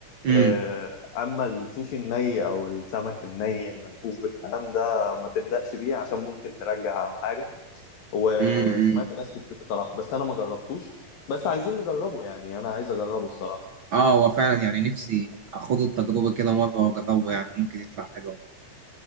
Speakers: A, on the right; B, on the left.
A: امم
B: آه، اما السوشي الني او السمك الني الملفوف بالكلام ده ما تبدأش بيه عشان ممكن ترجع او حاجة وسمعت
A: امم أمم.
B: ناس كتير بصراحة بس انا ما جربتوش بس عايزين نجربه يعني انا عايز اجربه الصراحة
A: اه هو فعلا يعني نفسي اخد التجربه كده مره واجربه يعني ممكن يطلع حلو